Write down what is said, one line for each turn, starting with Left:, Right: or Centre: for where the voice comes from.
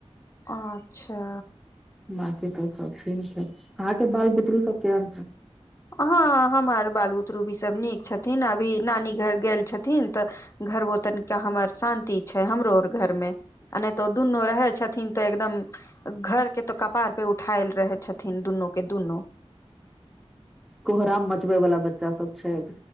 Left: अच्छा
Centre: बाकी तो सब ठीक है अहा के बाल बुतरु सब केहन छै
Left: ह हमर बाल बुतरू भी सभ नीक छथिन अभी नानी घर गेल छथिन तऽ घरबो तनिका हमर शान्ति छै हमरो घरमे आ नहि तऽ दुनू रहै छथिन तऽ एकदम घर के तो कपार पे उठायल रहे छथिन दुनू के दुनू
Centre: कोहराम मचबै वाला बच्चा सब छै